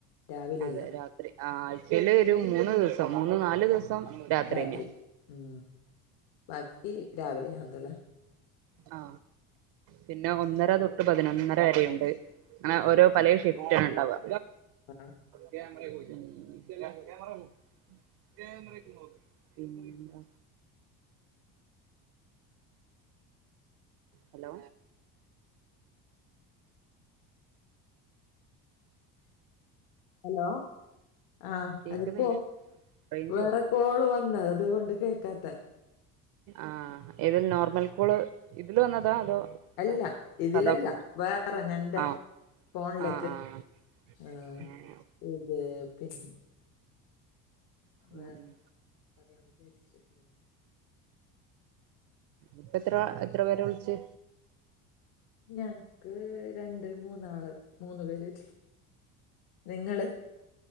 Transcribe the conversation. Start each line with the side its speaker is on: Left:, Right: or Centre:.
Left: രാവിലെ
Right: അതെ
Left: ഇല്ല
Right: രാത്രി ആ ആഴ്ചയിൽ ഒരു മൂന്ന് ദിവസം. മൂന്ന്, നാല്, ദിവസം രാത്രിന്നെയാ
Left: രാത്രി ഉം ബാക്കി രാവിലെ ആന്തല്ല
Right: ആ പിന്നെ ഒന്നര തൊട്ട് പതിനൊന്നര വരെയുണ്ട് അങ്ങനെ ഓരോ പലയ ഷിഫ്റ്റ് ആണ് ഇണ്ടാവുക
Left: ആ.
Right: <unintelligible> പിന്നെ എന്താ
Left: <unintelligible>
Right: ഹലോ
Left: ഹലോ ആ
Right: കേക്കുന്നില്ല
Left: അത് കോ
Right: റേഞ്ച്
Left: വേറെ
Right: പോയോ
Left: കോള് വന്ന് അത് കൊണ്ട് കേൾക്കാത്തെ
Right: ആ ഇത് നോർമൽകോൾ ഇതില് വന്നതോ അതോ?
Left: അല്ല
Right: വേറെ
Left: ഇതിലല്ല
Right: സാധാ കോളാ
Left: വേറെ നെന്റെ
Right: ആഹ്
Left: ഫോണിലേക്ക്
Right: ആഹ് ആഹ്
Left: ആ
Right: ആഹ്
Left: ഇത് പിന്നെ
Right: ഉം
Left: വേറെ
Right: ഉം
Left: <unintelligible>
Right: ഇപ്പ എത്ര എത്ര പേരെ വിളിച്ച്?
Left: ഞങ്ങക്ക് രണ്ട് മൂന്നാള്. മൂന്നു പേര് നിങ്ങള്